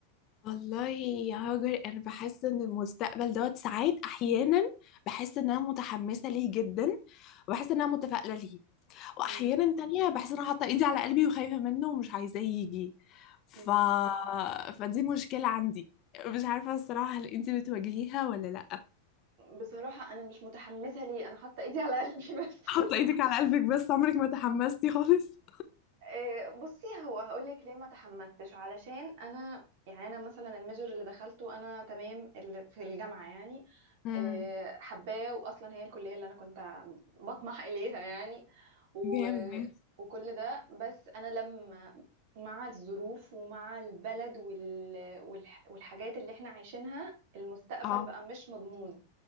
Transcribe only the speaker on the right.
مم.
مم.
بصراحة أنا مش متحمسة ليه أنا حاطة إيدي على قلبي <laughs> بس
إيه، بصي هو هقولك ليه ما تحمستش علشان أنا يعني أنا مثلا الميجر اللي دخلته أنا تمام اللي في الجامعة يعني
آه، حباه واصلا هي الكليه اللي انا كنت بطمح اليها يعني و...
وكل ده بس انا لما مع الظروف ومع البلد وال... والح... والحاجات اللي احنا عايشينها المستقبل
بقى مش مضمون